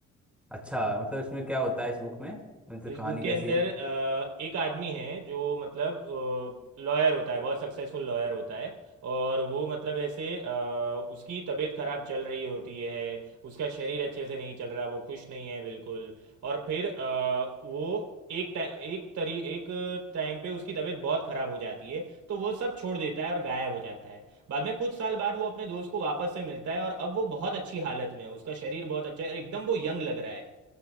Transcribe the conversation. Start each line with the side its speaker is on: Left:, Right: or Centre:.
Centre: अच्छा मतलब इसमें क्या होता है इस बुक में मतलब
Right: इस
Centre: कहानी
Right: बुक के
Centre: कैसी
Right: अंदर
Centre: है
Right: अ, एक आदमी है जो मतलब लॉयर होता है बहुत सक्सेसफुल लॉयर होता है और वो मतलब ऐसे अ, उसकी तबीयत खराब चल रही होती है उसका शरीर अच्छे से नहीं चल रहा वो खुश नहीं है बिल्कुल और फिर अ, वो एक टाइम एक तरी एक टाइम पे उसकी तबीयत बहुत खराब हो जाती है तो वो सब छोड़ देता है और गायब हो जाता है बाद में कुछ साल बाद वो अपने दोस्त को वापस से मिलता है और अब वो बहुत अच्छी हालत में है उसका शरीर बहुत अच्छा है और एकदम वो यंग लग रहा है